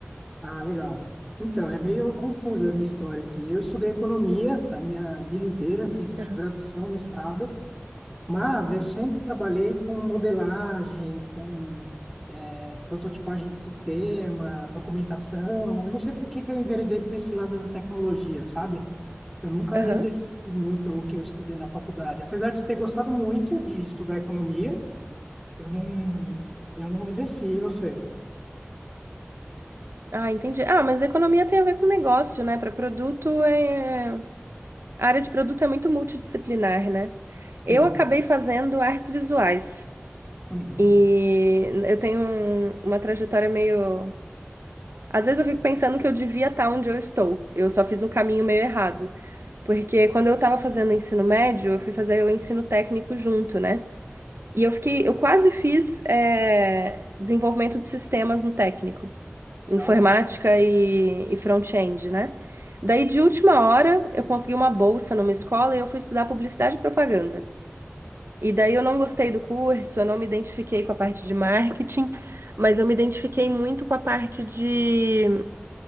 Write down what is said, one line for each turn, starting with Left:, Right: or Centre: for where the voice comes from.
Centre: Ah, legal. Então, é meio confusa a minha história, assim. Eu estudei economia a minha vida inteira, fiz
Right: Aham.
Centre: graduação, mestrado, mas eu sempre trabalhei com modelagem, com eh, prototipagem de sistema, documentação. Eu não sei por que que eu enveredei para esse lado da tecnologia, sabe? Eu nunca
Right: Aham.
Centre: exerci muito o que eu estudei na faculdade. Apesar de ter gostado muito de estudar economia, eu não, eu não exerci, eu sei.
Right: Ah, entendi. Ah, mas economia tem a ver com negócio, né? Para produto é. A área de produto é muito multidisciplinar, né? Eu
Centre: Sim.
Right: acabei fazendo artes visuais.
Centre: Uhum.
Right: E eu tenho um- uma trajetória meio. Às vezes eu fico pensando que eu devia estar onde eu estou. Eu só fiz um caminho meio errado. Porque quando eu estava fazendo ensino médio, eu fui fazer o ensino técnico junto, né? E eu fiquei, eu quase fiz é, desenvolvimento de sistemas no técnico,
Centre: Legal.
Right: informática e, e front-end, né? Daí, de última hora, eu consegui uma bolsa numa escola e eu fui estudar publicidade e propaganda. E daí eu não gostei do curso, eu não me identifiquei com a parte de marketing, mas eu me identifiquei muito com a parte de,